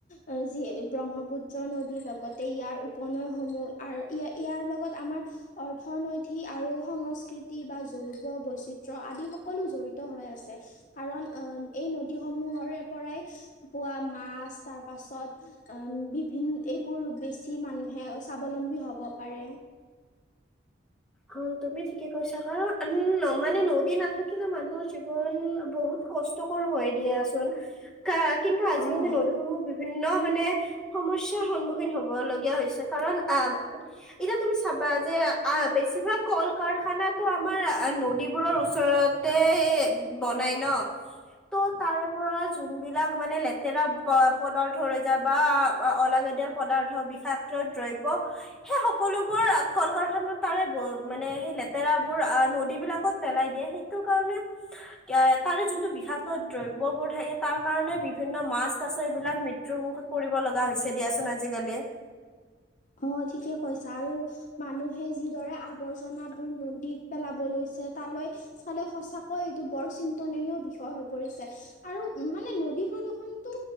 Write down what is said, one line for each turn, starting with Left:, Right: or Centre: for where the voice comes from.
Left: আ যি ব্ৰহ্মপুত্ৰ নদীৰ লগতে ইয়াৰ উপনৈসমূহ আৰু ইয়া ইয়াৰ লগত আমাৰ অৰ্থনৈতি আৰু সংস্কৃতি বা জৈ ৱবৈচিত্ৰ আদি সকলো জড়িত হৈ আছে। কাৰণ অ এই নদীসমূহৰে পৰাই পোৱা মাছ তাৰ পাছত আ বিভিন এইবোৰ বেছি মানুহে স্বাৱলম্বী হব পাৰে।
Centre: অ', তুমি ঠিকে কৈছা কাৰন উম মানে নদী নাথাকিলে মানুহৰ জীৱন বহুত কস টকৰ হৈ দিয়াচোন কা কিন্তু আজিকালি
Left: অ'।
Centre: নদুসমূহ বিভিন্ন মানে সমস্যাৰ সন্মুখীন হব লগীয়া হৈছে কাৰণ আহ এতিয়া তুমি চাবা যে আহ এ খানাটো আমাৰ আ নদীবোৰৰ ওচৰতে বনাই ন ত', তাৰে পৰা যোনবিলাক মানে লেতেৰা প পদাৰ্থ ৰৈ যায় বা অ অলাগতিয়াল পদাৰ্থ, বিষাক্ত দ্ৰব্য সেই সকলোবোৰ কল - কাৰখানাত তাৰে বো মানে সেই লেতেৰাবোৰ আ নদীবিলাকত পেলাই দিয়ে সেইটো কাৰণে দিয়া, তাৰে যোনটো বিষাক্ত দ্ৰব্যবোৰ থাকে তাৰ কাৰণে বিভিন্ন মাছ - কাছ এইবিলাক মৃত্যুৰ মুখত কৰিব লগা হৈছে দিয়াচোন আজিকালি।
Left: অ ঠিকে কৈছা আৰু মানুহে যিদৰে আৱৰ্জনাবোৰ নদীত পেলাব লৈছে তালৈ চালে সঁচাকৈ এইটো বৰ চিন্তনীয় বিষয় হৈ পৰিছে আৰু মানে নদী প্ৰদূৰ্ষণটো